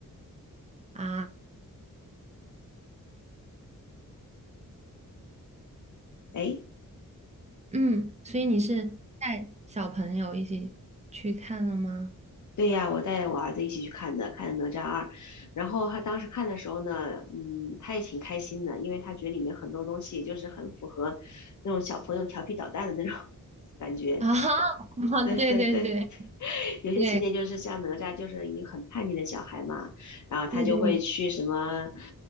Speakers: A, on the right (about 20°); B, on the left (about 55°).
A: 啊，
B: 哎，
A: 嗯，所以你是带小朋友一起去看了吗？
B: 对呀，我带我儿子一起去看的，看的《哪吒二》，然后他当时看的时候呢，嗯，他也挺开心的，因为他觉得里面很多东西就是很符合那种小朋友调皮捣蛋的那种 <laughs> 感觉。
A: 啊，<laughs>
B: <laughs> 对对对，
A: 对对对
B: <laughs> 有些情节就是像哪吒就是一个很叛逆的小孩嘛，
A: 对
B: 然后他就会去什么，
A: 对对，